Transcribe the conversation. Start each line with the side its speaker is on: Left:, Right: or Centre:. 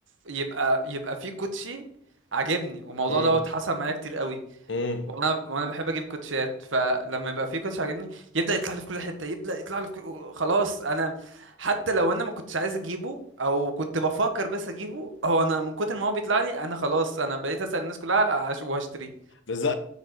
Right: يبقى يبقى في كوتشي عاجبني والموضوع
Left: مم.
Right: دوت حصل معايا كتير قوي
Left: مم.
Right: وانا وانا بحب اجيب كوتشيات فلما يبقى في كوتش عاجبني يبدا يطلع لي في كل حته يبدا يطلع لي في كل... خلاص انا حتى لو انا ما كنتش عايز اجيبه او كنت بفكر بس اجيبه هو انا من كتر ما هو بيطلع لي انا خلاص انا بقيت اسال الناس كلها عش- وهشتريه
Left: بز...